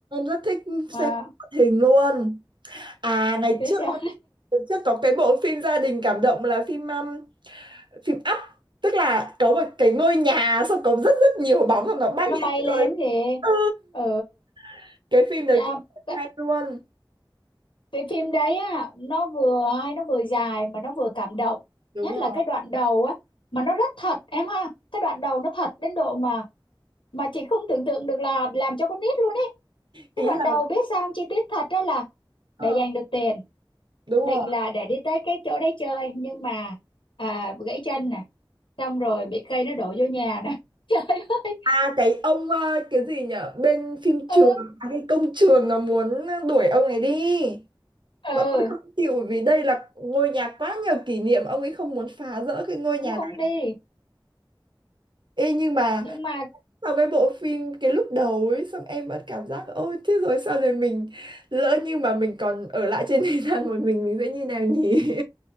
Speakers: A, on the right; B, on the left.
A: rất thích
B: mà
A: xem hoạt hình luôn à ngày
B: thế
A: trước
B: sao
A: ngày trước có cái bộ phim gia đình cảm động là phim um, phim Up tức là có một cái ngôi nhà xong có rất rất nhiều bóng xong nó bay
B: nó bay
A: lên trời
B: lên kìa
A: ừ.
B: ừ
A: <laughs> cái phim đấy
B: à,
A: cũng
B: cái,
A: hay luôn
B: cái phim đấy á nó vừa hay nó vừa dài mà nó vừa cảm động
A: đúng
B: nhất
A: rồi
B: là cái đoạn đầu á mà nó rất thật em ha cái đoạn đầu nó thật đến độ mà mà chị không tưởng tượng được là làm cho con nít luôn ấy
A: ý
B: cái đoạn
A: là
B: đầu biết sao không? chi tiết thật đó là
A: ờ,
B: để giành được tiền
A: đúng
B: định
A: rồi
B: là để đi tới cái chỗ đấy chơi nhưng mà à, gãy chân nè xong rồi bị cây nó đổ vô nhà nè <laughs> trời ơi
A: à cái ông ờ, cái gì nhở bên phim
B: ừ
A: trường à, cái công trường nó muốn đuổi ông này đi
B: ừ
A: và ông ấy không chịu vì đây là ngôi nhà quá nhiều kỷ niệm ông ấy không muốn phá rỡ cái ngôi
B: cũng
A: nhà
B: không
A: này
B: đi
A: Ê, nhưng mà
B: nhưng mà
A: sau cái bộ phim cái lúc đầu ấy xong em vẫn cảm giác ôi thế rồi sao rồi mình lỡ như mà mình còn ở lại trên thế gian một mình mình sẽ như nào nhỉ